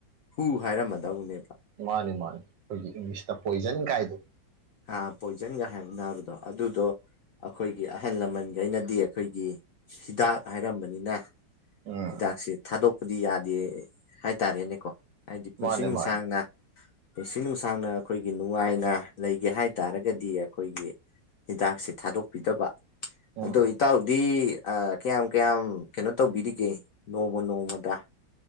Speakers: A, on the left; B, on the right.
A: ꯐ ꯍꯥꯏꯔꯝꯃꯗꯕꯨꯅꯦꯕ
B: ꯃꯥꯅꯤ ꯃꯥꯅꯤ ꯑꯩꯈꯣꯏꯒꯤ ꯏꯪꯂꯤꯁꯇ ꯄꯣꯏꯖꯟ ꯀꯥꯏꯗ
A: ꯑ ꯄꯣꯏꯖꯟꯒ ꯍꯥꯏꯕꯅꯥꯕꯗꯣ ꯑꯗꯨꯗꯣ ꯑꯩꯈꯣꯏꯒꯤ ꯑꯍꯜ ꯂꯃꯟꯒꯤꯩꯅꯗꯤ ꯑꯩꯈꯣꯏꯒꯤ ꯍꯤꯗꯥꯛ ꯍꯥꯏꯔꯝꯕꯅꯤꯅ
B: ꯎꯝ
A: ꯍꯤꯗꯥꯛꯁꯦ ꯊꯥꯗꯣꯛꯄꯗꯤ ꯌꯥꯗꯦ ꯍꯥꯏꯇꯥꯔꯦꯅꯦꯀꯣ ꯍꯥꯏꯗꯤ ꯄꯨꯟꯁꯤ
B: ꯃꯥꯅꯦ
A: ꯅꯨꯡꯁꯥꯡꯅ
B: ꯃꯥꯅꯦ
A: ꯄꯨꯟꯁꯤ ꯅꯨꯡꯁꯥꯡꯅ ꯑꯩꯈꯣꯏꯒꯤ ꯅꯨꯡꯉꯥꯏꯅ ꯂꯩꯒꯦ ꯍꯥꯏ ꯇꯥꯔꯒꯗꯤ ꯑꯩꯈꯣꯏꯒꯤ ꯍꯤꯗꯥꯛꯁꯦ ꯊꯥꯗꯣꯛꯄꯤꯗꯕ
B: ꯎꯝ
A: ꯑꯗꯣ ꯏꯇꯥꯎꯗꯤ ꯀꯌꯥꯝ ꯀꯌꯥꯝ ꯀꯩꯅꯣ ꯇꯧꯕꯤꯔꯤꯒꯦ ꯑꯣꯛ ꯅꯣꯡꯃ ꯅꯣꯡꯃꯗ